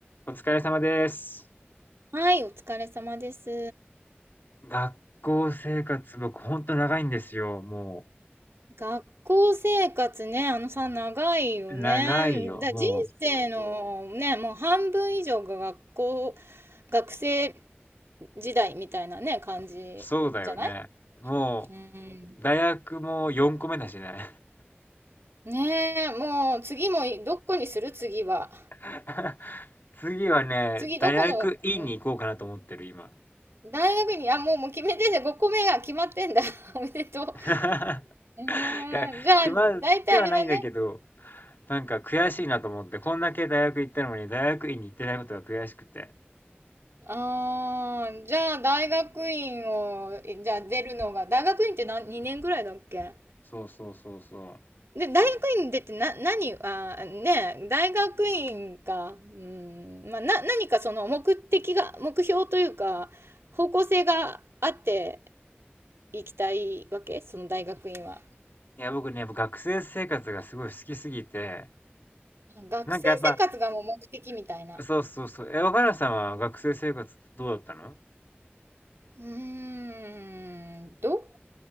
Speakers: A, on the left; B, on the right.
A: お疲れ様です。
B: はい、お疲れ様です。
A: 学校生活僕ほんと長いんですよ。も
B: 学校生活ね、あのさ、長いよね。
A: う、長いよ。
B: だ、
A: もう、
B: 人生のね、もう半分以上が学校、学生時代みたいなね、感じじゃない
A: そうだよね。も
B: うん。
A: う、大学も4個目だしね。
B: ねえ、もう次もいどこにする次は。
A: <laughs> 次はね、
B: 次どこの、
A: 大学院に行こうかなと思ってる、
B: うん、
A: 今。
B: 大学に、あ、もう、もう決めてんだ。5個目が決まってんだ。<laughs> おめでとう。
A: <laughs> い
B: ねえじゃあ、
A: や、決まってはないんだけど、
B: 大体あれだね。
A: なんか悔しいなと思って、こんだけ大学行ったのに大学院に行ってないことが悔しくて。
B: ああ、じゃあ大学院を、えじゃあ出るのが、大学院って何、2年ぐらいだっけ
A: そうそうそうそう。
B: で、大学院出てな、何、あー、ねえ、大学院か、うん、まあ、な、何かその目的が、目標というか、方向性があっていきたいわけその大学院は。
A: いや、僕ね、やっぱ学生生活がすごい好きすぎて、
B: 学生生活がもう目的みたいな。
A: なんかやっぱそうそうそう。え、若菜さんは学生生活どうだったの
B: うーん、どう